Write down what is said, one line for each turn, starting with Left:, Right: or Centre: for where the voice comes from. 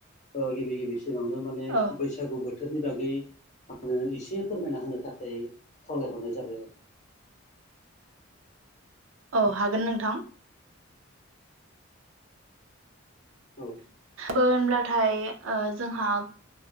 Left: ओ गिबि गिबिसि सिनावनो माने
Right: औ
Left: बैसागु बोथोर थोरनि बागै आङो एसे फोरमायना होनो थाखाय खावलायहरनाय जाबाय आरो <inaudible>
Right: औ हागोन नोंथां
Left: आरो औ
Right: बो होनब्लाथाय ओ जोंहा